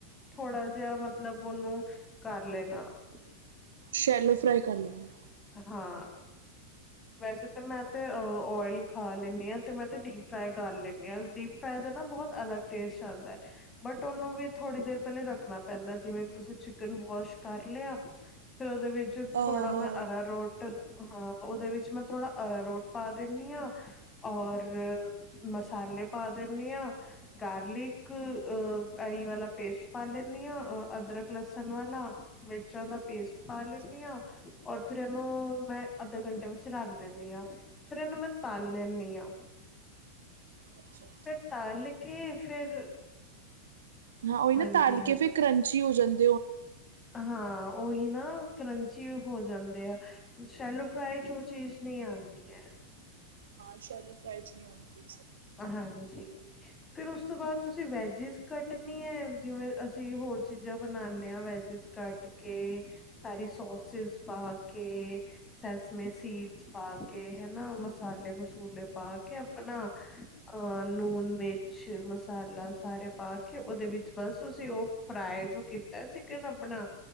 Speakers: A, on the left; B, on the right.
A: ਥੋੜਾ ਜਿਹਾ ਮਤਲਬ ਉਹਨੂੰ ਕਰ ਲੈਣਾ। <unintelligible>
B: ਸ਼ੈਲੋ ਫਰਾਈ ਕਰ ਲੈਨਾ।
A: ਹਾਂ। ਵੈਸੇ ਤਾਂ ਮੈਂ ਤੇ ਓਇਲ ਖਾ ਲੈਂਦੀ ਹਾਂ ਤੇ ਮੈਂ ਤੇ ਡੀਪ ਫਰਾਈ ਕਰ ਲੈਂਦੀ ਹਾਂ ਡੀਪ ਫ੍ਰ ਬਹੁਤ ਅਲੱਗ ਟੇਸਟ ਆਉਂਦਾ ਹੈ ਬਟ ਉਹਨੂੰ ਵੀ ਥੋੜੀ ਦੇਰ ਪਹਿਲੇ ਰੱਖਣਾ ਪੈਂਦਾ ਜਿਵੇਂ ਤੁਸੀਂ ਚਿਕਨ ਵਾਸ਼ ਕਰ ਲਿਆ ਫਿਰ ਉਹਦੇ ਵਿੱਚ
B: ਆਹਾ
A: ਥੋੜਾ ਮੈਂ ਅਰਾ ਰੋਟ ਹਾਂ ਉਹਦੇ ਵਿੱਚ ਮੈਂ ਥੋੜਾ ਅਰਾ ਰੋਟ ਪਾ ਦਿੰਦੀ ਹਾਂ ਔਰ ਮਸਾਲੇ ਪਾ ਦਿੰਦੀ ਹਾਂ ਗਾਰਲਿਕ ਅ ਆਈ ਵਾਲਾ ਪੇਸਟ ਪਾ ਲੈਂਦੀ ਹਾਂ ਅਦਰਕ ਲਸਣ ਵਾਲਾ ਮਿਰਚਾਂ ਦਾ ਪੇਸਟ ਪਾ
B: ਹਾਂਜੀ-ਹਾਂਜੀ
A: ਲੈਂਦੀ ਹਾਂ ਔਰ ਫੇਿਰ ਇਹਨੂੰ ਮੈਂ ਅੱਧੇ ਘੰਟੇ ਵਾਸਤੇ ਰੱਖ ਦਿੰਦੀ ਹਾਂ ਫੇਿਰ ਇਹਨੂੰ ਮੈਂ ਤਾਲੈਂ ਮੀਆਂ
B: ਅੱਛਾ
A: ਫਿਰ ਤਾਲ ਕੇ ਫਿਰ
B: ਹਾਂ ਉਹੀ ਨਾ
A: ਹਾਂਜੀ
B: ਤਾਲ
A: ਹਾਂ
B: ਕੇ ਫੇਿਰ ਕਰੰਚੀ ਹੋ ਜਾਂਦੀ
A: ਹਾਂ, ਉਹੀ ਨਾ ਕਰੰਚੀ ਹੋ ਜਾਂਦੇ ਆ ਸ਼ੈਲੋ ਫਰਾਈ ਚ ਉਹ ਚੀਜ਼ ਨਹੀਂ ਆਉਂਦੀ ਹੈ।
B: ਸੈਲੋ ਫਰਾਾਈ ਨਹੀਂ ਆਂਦੀ।
A: ਹਾਂਜੀ, ਫਿਰ ਉਸ ਤੋਂ ਬਾਅਦ ਤੁਸੀਂ ਵੈਜਿਸ ਕੱਟਣੀ ਹੈ ਜਿਵੇਂ ਅਸੀਂ ਹੋ ਹੋਰ ਚੀਜ਼ਾਂ ਬਣਾਦੇ ਹ ਵੈਜਿਸ ਕੱਟ ਕੇ ਸਾਰੀ ਸੋਸਿਸ ਪਾਕੇ ਸੈਸਮੇ ਸੀਡਸ ਪਾ ਕੇ ਹੈਨਾ, ਮਸਾਲੇ- ਮਸੂਲੇ ਪਾ ਕੇ ਆਪਣਾ <inaudible> ਅ ਲੂਣ, ਮਿਰਚ, ਮਸਾਲਾ ਸਾਰੇ ਪਾ ਕੇ ਉਹਦੇ ਵਿੱਚ ਬਸ ਤੁਸੀਂ ਉਹ ਫਰਾਈ ਜੋ ਕੀਤਾ ਚਿਕਨ ਆਪਣਾ